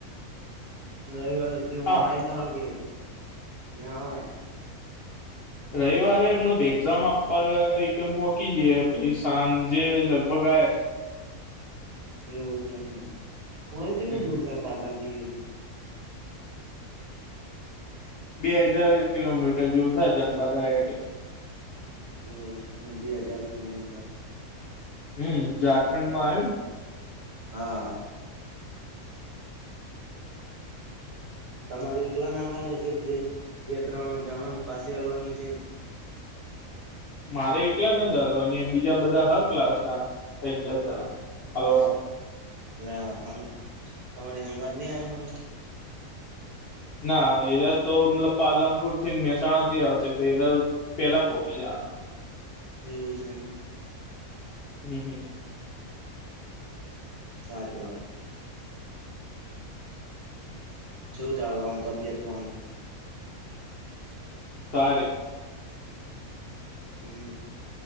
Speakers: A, on the right (about 65°); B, on the left (about 60°).
A: રવિ વાર ર આઈ
B: હા
A: જ કે મેં આવ.
B: રવિવારે મતલબ એક્ઝામ આપવા એક પોહકી જઈે પાઈ સાંજે લગભગ આવે.
A: એવું છે એમ હોય કેટલું
B: હમ
A: દૂર
B: હમ
A: થાય પાટણ થી?
B: બે હજાર કિલોમીટર જેવું થાય ધનબાદ આ.
A: એવ બે હજાર કિલોમીટર.
B: હમ ઝારખંડ માં આવ.
A: હા. તમારે એલા ને હાલવાની છે બે બે ત્રણ જણા ને પાછ હાલવાની છે ને.
B: મારે એકલા ના ચાલવાની બીજા બધા હર ક્લાસ ના ત ચાર જણા હ.
A: એ હ તમારી હંગાત નહી આ હોય.
B: ના એરા તો મતલબ પાલનપુર થી મહેસાણા થી આવશે તો એરા પેલા પોપી જ
A: એ્યુંઝન
B: હમ હમ.
A: ચ જવા. શું ચાલ આમ તબિયત પણણી.
B: સાર.
A: હમ.